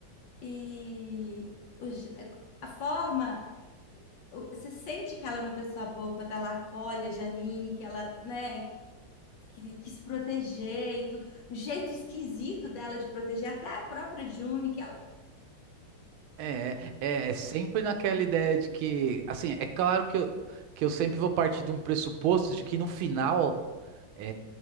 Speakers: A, on the left; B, on the right.
A: e o je- a forma, o- você sente que ela é uma pessoa boa quando ela acolhe a Janine, que ela, né, que quis proteger e tudo. O jeito esquisito dela de proteger, até a própria June, que ela,
B: É, é, é sempre naquela ideia de que, assim, é claro que eu, que eu sempre vou partir de um pressuposto de que no final é,